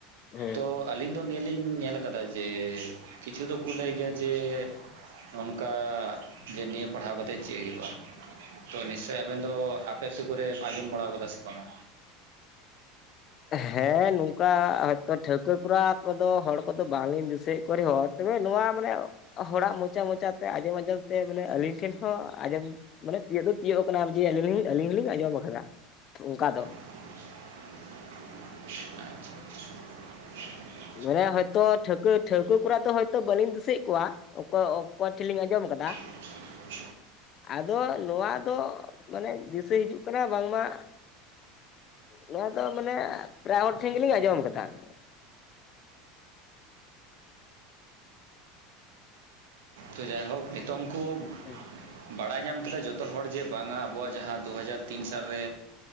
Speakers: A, on the left (about 40°); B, on the right (about 85°).
A: ᱦᱮᱸ
B: ᱛᱚ ᱟᱹᱞᱤᱧ ᱫᱚ ᱱᱤᱭᱟᱹ ᱞᱤᱧ ᱧᱮᱞ ᱠᱟᱫᱟ ᱡᱮ ᱠᱤᱪᱷᱩ ᱫᱚᱠᱚ ᱞᱟᱹᱭ ᱜᱮᱭᱟ ᱡᱮ ᱚᱱᱠᱟ ᱡᱮ ᱱᱤᱭᱟᱹ ᱯᱟᱲᱦᱟᱣ ᱠᱟᱛᱮ ᱪᱮᱜ ᱦᱩᱭᱩᱜᱼᱟ ᱛᱚ ᱱᱤᱥᱪᱳᱭ ᱟᱵᱮᱱ ᱫᱚ ᱟᱯᱮ ᱟᱹᱛᱩ ᱠᱚᱨᱮ ᱟᱸᱡᱚᱢ ᱵᱟᱲᱟᱣ ᱠᱟᱫᱟ ᱥᱮ ᱵᱟᱝᱼᱟ?
A: ᱦᱮᱸ ᱱᱚᱝᱠᱟ ᱦᱚᱭᱛᱚ ᱴᱷᱟᱹᱣᱠᱟᱹ ᱠᱚᱨᱟ ᱠᱚᱫᱚ ᱦᱚᱲ ᱠᱚᱫᱚ ᱵᱟᱝᱞᱤᱧ ᱫᱤᱥᱟᱹᱭᱮᱫ ᱠᱚᱣᱟ ᱨᱮᱦᱚᱸ ᱛᱚᱵᱮ ᱱᱚᱣᱟ ᱢᱟᱱᱮ ᱦᱚᱲᱟᱜ ᱢᱚᱪᱟ ᱢᱚᱪᱟᱛᱮ ᱟᱸᱡᱚᱢ ᱟᱸᱡᱚᱢ ᱛᱮ ᱢᱟᱱᱮ ᱟᱹᱞᱤᱧ ᱴᱷᱮᱱ ᱦᱚᱸ ᱟᱸᱡᱚᱢ ᱢᱟᱱᱮ ᱛᱤᱭᱳᱜ ᱫᱚ ᱛᱤᱭᱳᱜ ᱠᱟᱱᱟ ᱡᱮ ᱟᱹᱞᱤᱧ ᱟᱹᱞᱤᱧ ᱦᱚᱞᱤᱧ ᱟᱸᱡᱚᱢ ᱠᱟᱫᱟ ᱛᱚ ᱚᱱᱠᱟ ᱫᱚ,
B: <unintelligible>
A: ᱢᱟᱱᱮ ᱦᱚᱭᱛᱚ ᱴᱷᱟᱹᱣᱠᱟᱹ ᱴᱷᱟᱹᱣᱠᱟᱹ ᱠᱚᱨᱟ ᱫᱚ ᱦᱚᱭᱛᱳ ᱵᱟᱹᱞᱤᱧ ᱫᱤᱥᱟᱹᱭᱮᱫ ᱠᱚᱣᱟ, ᱚᱠᱚᱭ ᱚᱠᱚᱭ ᱴᱷᱮᱡ ᱞᱤᱧ ᱟᱸᱡᱚᱢ ᱠᱟᱫᱟ,
B: <unintelligible>
A: ᱟᱫᱚ ᱱᱚᱣᱟ ᱫᱚ ᱢᱟᱱᱮ ᱫᱤᱥᱟᱹᱭ ᱦᱤᱡᱩᱜ ᱠᱟᱱᱟ ᱵᱟᱝᱢᱟ ᱱᱚᱣᱟ ᱫᱚ ᱢᱟᱱᱮ ᱯᱨᱟᱭᱦᱚᱲ ᱴᱷᱮᱱ ᱜᱮᱞᱤᱧ ᱟᱸᱡᱚᱢ ᱠᱟᱫᱟ ᱾
B: ᱛᱚ ᱡᱟᱭ ᱦᱳᱠ ᱱᱤᱛᱚᱝ ᱠᱩ
A: <unintelligible>
B: ᱵᱟᱲᱟᱭ ᱧᱟᱢ ᱠᱮᱫᱟ ᱡᱷᱚᱛᱚ ᱦᱚᱲ ᱡᱮ ᱵᱟᱝᱟ ᱟᱵᱚᱣᱟᱜ ᱡᱟᱦᱟᱸ ᱫᱩᱦᱟᱡᱟᱨ ᱛᱤᱱ ᱥᱟᱞᱨᱮ